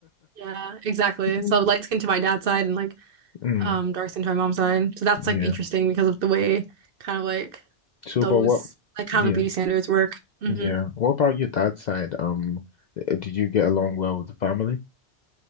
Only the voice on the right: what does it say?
Yeah, exactly.
So light skin to my dad's side and like
um dark skin to my mom's side. So that's
like interesting because of the way kind of like
those
like kind
of beauty standards work. hmm